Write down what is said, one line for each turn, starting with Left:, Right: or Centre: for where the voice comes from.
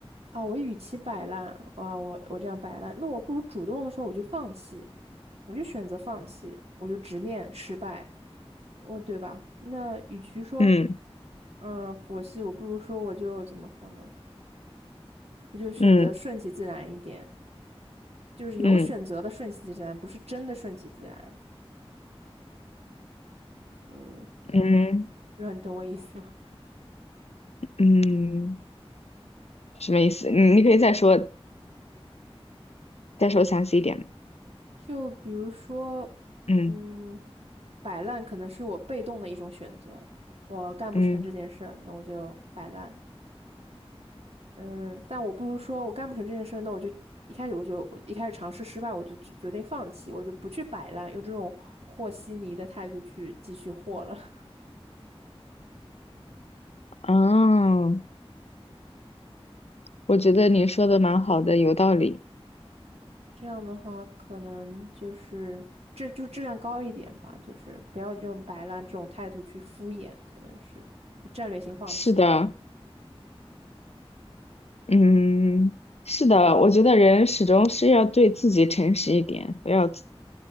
Right: 啊，我与其摆烂啊，我我这样摆烂，那我不如主动的时候我就放弃，我就选择放弃，我就直面失败，我对吧？那与其说，
Left: 嗯
Right: 嗯，佛系，我不如说我就怎么说呢？我就选择顺其自然一点，
Left: 嗯
Right: 就是有选择的顺其自然，
Left: 嗯
Right: 不是真的顺其自然。嗯，
Left: 嗯
Right: 不知道你懂我意思吗？
Left: 嗯，什么意思？你你可以再说
Right: 嗯。
Left: 再说详细一点。
Right: 就比如说，
Left: 嗯
Right: 嗯，摆烂可能是我被动的一种选择，我干不成这件事，
Left: 嗯
Right: 那我就摆烂。嗯，但我不如说我干不成这件事，那我就一开始我就我一开始尝试失败，我就决决定放弃，我就不去摆烂，用这种和稀泥的态度去继续和了。<laughs>
Left: 啊，我觉得你说的蛮好的，有道理。
Right: 这样的话，可能就是这就是质量高一点吧，就是不要用摆烂这种态度去敷衍，可能是就战略性放弃。
Left: 是的，嗯，是的，我觉得人始终是要对自己诚实一点，不要自